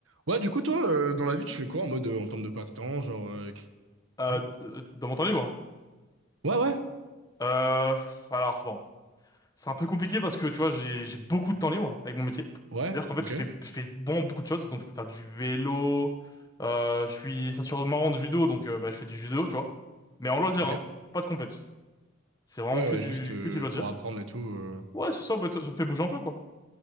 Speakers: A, on the right (about 80°); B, on the left (about 20°).
A: Ouais, du coup, toi, euh, dans la vie, tu fais quoi en mode, euh, en termes de passe-temps, genre... euh,
B: Euh,
A: Ouais,
B: euh, dans mon temps libre?
A: ouais, ouais,
B: Euh, pff, alors bon, c'est un peu compliqué parce que tu vois, j'ai j'ai beaucoup de temps libre avec mon métier.
A: ouais,
B: C'est-à-dire qu'en fait,
A: ok,
B: je fais je fais vraiment beaucoup de choses. Donc, je peux faire du vélo. Euh, je suis ceinture marron de judo, donc euh, bah, je fais du judo, tu vois. Mais en loisir,
A: ok.
B: hein, pas de compète. C'est vraiment
A: Ouais,
B: que
A: ouais,
B: du
A: juste euh,
B: que du loisir.
A: pour apprendre et tout. euh.
B: Ouais, c'est ça. Bah, ça me fait bouger un peu, quoi.